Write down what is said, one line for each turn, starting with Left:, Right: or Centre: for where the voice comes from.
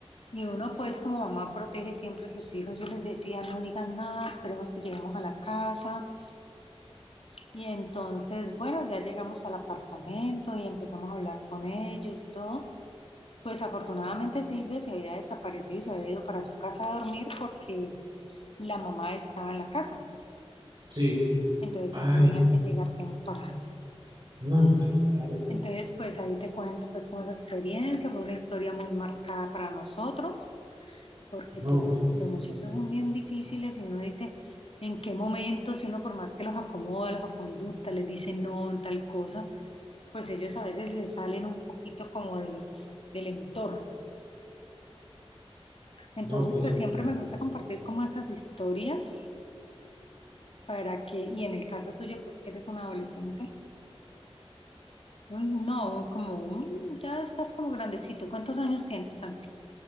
Left: Y uno pues como mamá protege siempre a sus hijos, yo les decía, no digan nada, esperemos que lleguemos a la casa. Y entonces, bueno, ya llegamos al apartamento y empezamos a hablar con ellos y todo. Pues afortunadamente Silvio se había desaparecido y se había ido para su casa a dormir porque la mamá estaba en la casa.
Right: Sí.
Left: Entonces
Right: Ay,
Left: él tenía que llegar temprano.
Right: no, claro.
Left: Entonces, pues ahí te cuento pues como esa experiencia, fue una historia muy marcada para nosotros, porque
Right: No,
Left: pues los muchachos
Right: no,
Left: son bien difíciles y uno dice, ¿en qué momento? Si uno por más que los acomoda, los aconducta, les dice no, tal cosa, pues ellos a veces se salen un poquito como de- del entorno. Entonces,
Right: no, pues
Left: pues siempre
Right: claro.
Left: me gusta compartir como esas historias para que, y en el caso tuyo, pues que eres un adolescente Mm, No, como mm, ya estás como grandecito. ¿Cuántos años tienes, Santi?